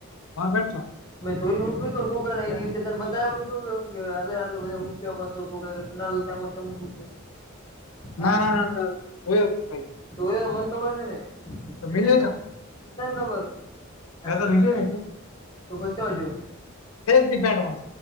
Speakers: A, on the left (about 85°); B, on the left (about 20°).
A: બાર બેઠો
B: મેં તો <unintelligible> નહી શે તન બતા ગ આટલો બધાયો <unintelligible> નલજમક હા
A: ના ના ના ના જોયો જ ભાઈ
B: તું એ મન ખબર હે ને.
A: તો
B: વિજય
A: મિલે
B: ના,
A: જાવ
B: કેમ ખબર <unintelligible>
A: મેં તો લીધું ને એટલે
B: તો પસ તોજુ
A: એ જ દી પેન્ટમાં